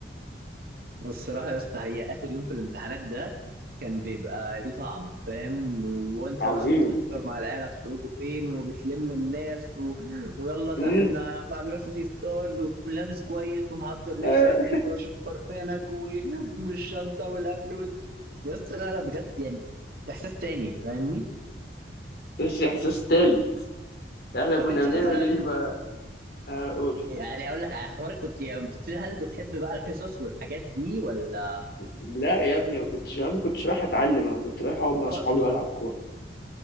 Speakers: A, on the right; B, on the left.
A: والصراحة يا اسطى هي آخر يوم في الامتحانات ده كان بيبقى ليه طعم فاهم وانت
B: عظيم
A: بقى بتحضر
B: <laughs>
A: مع العيلة هتخرجوا فين وبتلم الناس و... ويلا ده
B: أمم.
A: احنا هنروح سيتي ستارز وتكون لابس كويس ومحضر لبسك
B: آه.
A: ورشش برفانك و... والشنطة والأكل و... يا اسطى لا لا بجد يعني إحساس تاني فاهمني
B: بس احساس تالت احنا
A: طب
B: كنا
A: انت
B: بنعمل
A: مثلا
B: ايه بقى آه، اقول
A: يعني أقول لك على حوار كنت يعني هل بتحب بقى الحصص والحاجات دي ولا
B: لا يا ابني ما كنتش انا ما كنتش رايح اتعلم انا كنت رايح اقعد مع
A: أصلا
B: صحابي والعب كوره